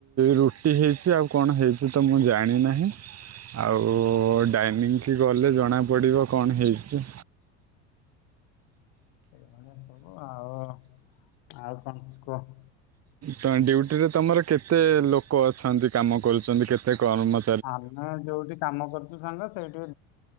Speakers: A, on the right; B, on the left.
A: ରୁଟି ହେଇଚି, ଆଉ କଣ ହେଇଚି ତ ମୁଁ ଜାଣିନାହିଁ। ଆଉ ଡାଇନିଂ କି ଗଲେ ଜଣାପଡ଼ିବ କଣ ହେଇଚି।
B: ଏଇଭଳିଆ ସବୁ ଆଉ ଆଉ କଣ କୁହ?
A: ତ ଡ୍ୟୁଟି ରେ ତମର କେତେ ଲୋକ ଅଛନ୍ତି କାମ କରୁଚନ୍ତି କେତେ କର୍ମ
B: ଆମେ ଯୋଉଠି କାମ କରୁ ଚୁ ସାଙ୍ଗ ସେଇଠି